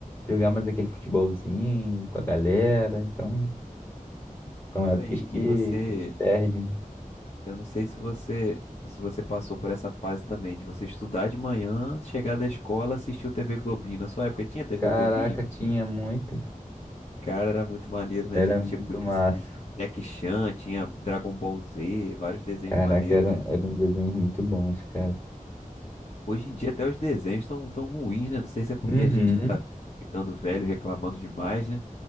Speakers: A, on the left; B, on the left.
A: jogar mais aquele futebolzinho com a galera, então são
B: Cara,
A: épocas
B: e,
A: que
B: e você?
A: a gente perde, né?
B: Eu não sei se você se você passou por essa fase também, de você estudar de manhã, chegar da escola, assistir o TV Globinho. Na sua época tinha TV
A: Caraca,
B: Globinho?
A: tinha muito,
B: Cara, era muito maneiro, né?
A: era
B: A gente
A: muito
B: tinha, podia
A: massa.
B: assistir Jack Chan, tinha Dragon Ball Z, vários desenhos
A: Caraca,
B: maneiros,
A: era,
B: né?
A: era um desenho muito bom, cara.
B: Hoje em dia até os desenhos estão tão tão ruins, né? Não sei se é porque
A: Uhum.
B: a gente que tá ficando velho reclamando demais, né?